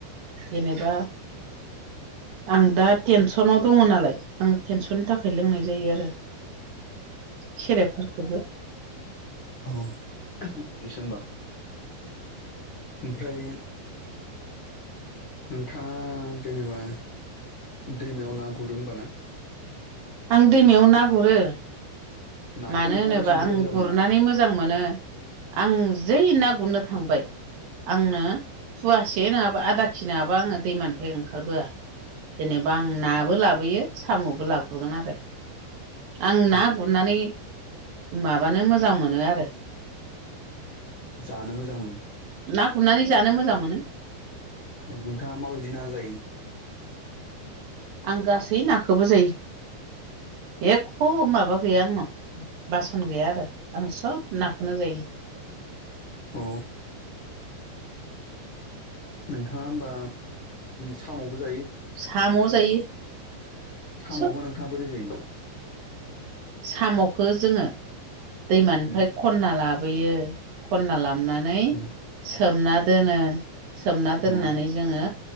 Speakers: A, on the right; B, on the left.
A: जेनेबा आं दा टेनसनाव दंङो नालाय आं टेनसननि थाखाय लोंनाय जायो आरो सेरेबफोरखौबो
B: औ बिदिसो होमबा ओमफ्राय नोंथांङा जेनेबा दैमायाव ना गुरो होमबा ना
A: आं दैमायाव ना गुरो
B: नाखौ
A: मानो
B: नोंथाङा
A: होनोबा
B: बेसेबां बुरजा
A: आं
B: बुरजा
A: गुरनानै
B: मोनो
A: मोजां मोनो आं जै ना गुरनो थांबाय आंनो फुवासे नंङाबा आदाखि नंङाबा आङो दैमानिफ्राय ओंखारबोआ जेनेबा आं नाबो लाबोयो सामबो लाबो गुरगोन आरो आं ना
B: अ
A: गुरनानै माबानो मोजां मोनो आरो
B: जानो मोजां मोनो
A: ना गुरनानै जानो मोजां मोनो
B: नोंथांङा माबायदि ना जायो
A: आं गासै नाखोबो जायो । एख माबा गैया आंनाव बासन गैया आरो आं सब नाखौनो जायो ।
B: औ नोंथांङा होमबा सामबो जायो
A: साम'
B: ।
A: जायो
B: सामबा
A: सोब
B: नोंथांङा बोरै जायो
A: सामखौ जोंङो दैमानिफ्राय
B: उम
A: खनना लाबोयो खनना लामनानै
B: उम
A: सोमना दोनो सोमना
B: अ
A: दोननानै
B: उम
A: जोंङो